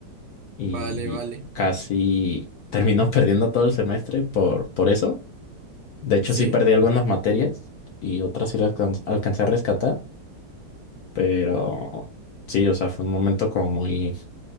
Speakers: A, on the left; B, on the right.
A: y
B: Vale, vale.
A: casi terminó <laughs> perdiendo todo el semestre por, por eso. De hecho,
B: Sí,
A: sí perdí algunas materias y otras sí las alcanz- alcancé a rescatar, pero sí, o sea, fue un momento como muy,